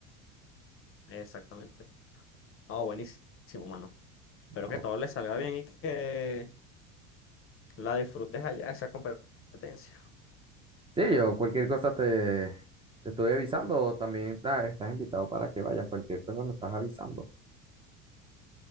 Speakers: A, on the left; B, on the right.
A: Exactamente. Oh, buenísimo, mano. Espero
B: No.
A: que todo les salga bien y que la disfrutes allá, esa competencia.
B: Sí, yo cualquier cosa te, te estoy avisando, o también ta- estás invitado para que vayas, cualquier cosa me estás avisando.